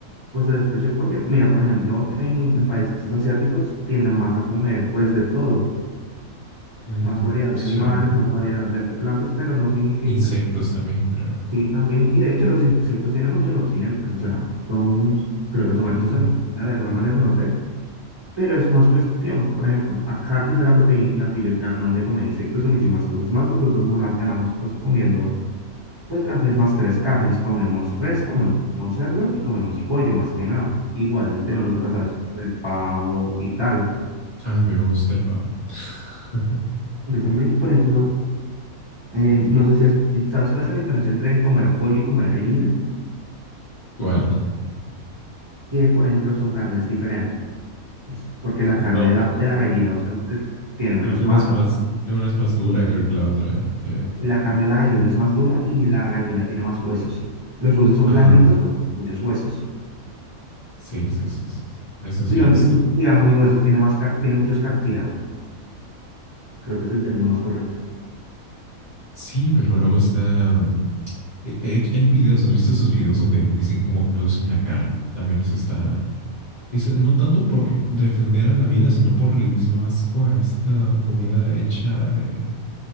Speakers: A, on the right (about 25°); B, on the left (about 35°).
A: pues de desprecio, porque, mira, por ejemplo, en, en países asiáticos tienden más a comer, pues, de todo,
B: Mm,
A: más variedad de
B: cierto.
A: animales, más variedad de plantas, pero no significa,
B: Insectos también, creo.
A: sí, también, y de hecho los insectos tienen muchos nutrientes, o sea, son, creo que son
B: Mm,
A: altos en proteína de alguna manera, no sé, pero es más cuestión, por ejemplo, acá quizá la proteína que ellos ganan de comer insectos y muchísimas cosas más, nosotros no las ganamos, pues, comiendo pues las mismas tres carnes. Comemos res, comemos cerdo y comemos pollo más que nada. Igual tenemos
B: pavo.
A: otras aves como el pavo y tal.
B: Ah, a mí me gusta el pavo. <laughs>
A: A mí también, por ejemplo, eh, no sé si has- sabes cuál es la diferencia entre comer pollo y comer gallina,
B: ¿Cuál?
A: que por ejemplo son carnes diferentes, porque la carne
B: No,
A: de
B: güey.
A: la, de la gallina usualmente tiene menos
B: Creo que una
A: masa,
B: es más, una es más dura, creo que la otra. eh,
A: y la carne de la gallina es más dura y la gallina tiene más huesos. Los huesos son
B: ah,
A: blanditos, pero muchos huesos.
B: sí, sí, sí, sí. Eso
A: Digan,
B: sí he visto.
A: digamos, ni huesos, tiene más car- tiene muchos cartílagos. Creo que es el término más correcto.
B: Sí, pero luego está. eh, eh, Hay, videos, ¿has visto esos videos donde dicen cómo producen la carne? También es está. Es, no tanto por defender a la vida, sino por el mismo asco a esta comida hecha eh,